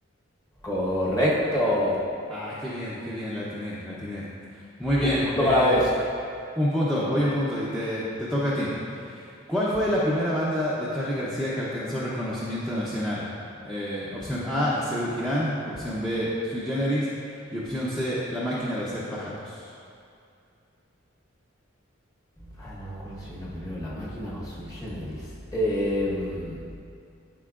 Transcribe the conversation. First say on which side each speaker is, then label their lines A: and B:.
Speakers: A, on the left (about 20°); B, in the centre.
A: Correcto.
B: Ah, qué bien, qué bien, la atiné, la atiné. Muy bien,
A: Un punto
B: eh,
A: para vos.
B: ah, un punto, voy un punto y te, te toca a ti. ¿Cuál fue la primera banda de Charly García que alcanzó reconocimiento nacional? Eh, opción A, Serú Girán, opción B, Sui Generis y opción C, La máquina de hacer pájaros.
A: Ay, no me acuerdo si vino primero la máquina o Sui Generis. Em,